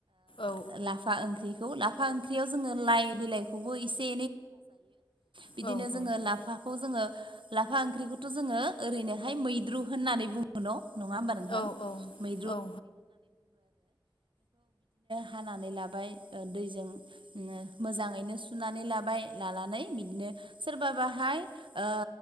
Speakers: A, on the left (about 80°); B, on the right (about 75°).
A: औ
B: ओ लाफा ओंख्रिखौ लाफा ओंख्रियाव जोङो लाइ बिलाइखौबो एसे बिदिनो
A: औ
B: जोङो लाफाखौ
A: औ
B: जोङो लाफा ओंख्रिखौथ' जोङो ओरैनोहाय मैद्रु होननानै बुङो न नङा होमबा नोंथां
A: होनो
B: मै हानानै लाबाय ओ दैजों ओ मोजाङैनो सुनानै लाबाय लानानै बिदिनो सोरबाबाहाय ओ